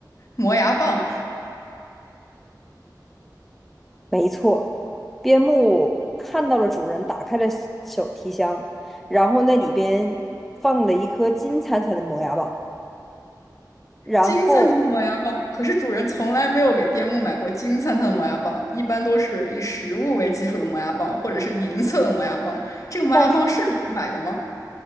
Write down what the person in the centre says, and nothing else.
没错，边牧看到了主人打开了手提箱，然后那里边放了一颗金灿灿的磨牙棒。然后，
但是